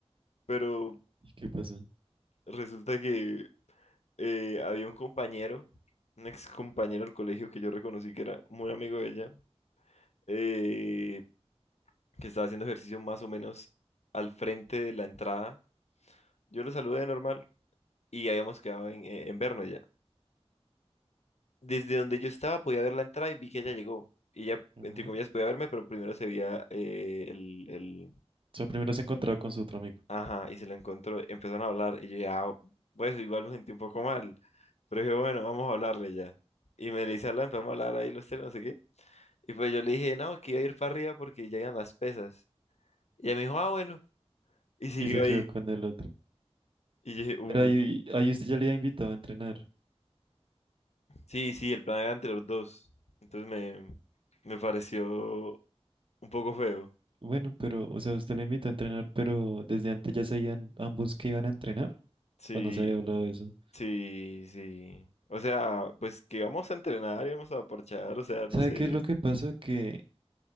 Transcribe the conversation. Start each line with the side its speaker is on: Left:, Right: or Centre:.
Left: pero
Right: ¿Y qué pasó?
Left: resulta que eh, había un compañero, un ex compañero del colegio que yo reconocí que era muy amigo de ella, eh, que estaba haciendo ejercicio más o menos al frente de la entrada. Yo lo saludé normal y habíamos quedado en, en vernos ya. desde donde yo estaba podía ver la entrada y vi que ella llegó. Y ella,
Right: Ujú.
Left: entre comillas, podía verme, pero primero se veía eh, el, el-
Right: O sea, primero se encontraba con su otro amigo
Left: Ajá, y se lo encontró. Empezaron a hablar y yo dije, ah, pues igual me sentí un poco mal. Pero dije, bueno, vamos a hablarle ya. Y me dice, hablar, empezamos a hablar ahí los tres, no sé qué. Y pues yo le dije, no, que iba a ir para arriba porque llegan las pesas. Y ella me dijo, ah, bueno. Y siguió
Right: y se quedó
Left: ahí.
Right: con el otro.
Left: Y yo dije, uy,
Right: Pero ahí, ahí usted ya le había invitado a entrenar.
Left: sí, sí, el plan era entre los dos. Entonces me, me pareció un poco feo.
Right: Bueno, pero, o sea, usted le invita a entrenar, pero desde antes ya sabían ambos que iban a entrenar,
Left: Sí,
Right: o no se había hablado de eso.
Left: Sí, sí. O sea, pues que vamos a entrenar y vamos a parchar, o sea, no
Right: ¿Sabe
Left: sé.
Right: qué es lo que pasa? Que